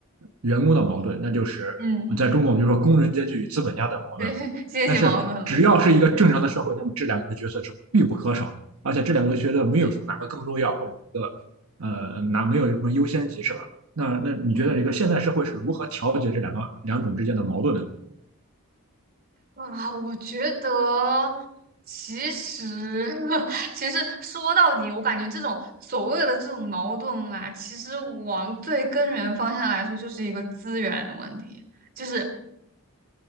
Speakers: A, on the right (about 75°); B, on the right (about 40°).
A: 员工的矛盾，那就是
B: 嗯，
A: 在中国我们就说工人阶级与资本家的矛盾。
B: 嗯对，<laughs> 阶级矛盾了，
A: 但是只要是一个正常的社会，那么这两个角色是必不可少的，而且这两个角色没有说哪个更重要或者哪个
B: 对，
A: 呃哪没有什么优先级是吧？那那你觉得一个现代社会是如何调节这两个两种之间的矛盾的？
B: 嗯。啊，我觉得其实 <laughs> 其实说到底，我感觉这种所谓的这种矛盾啊，其实往最根源方向来说，就是一个资源的问题。就是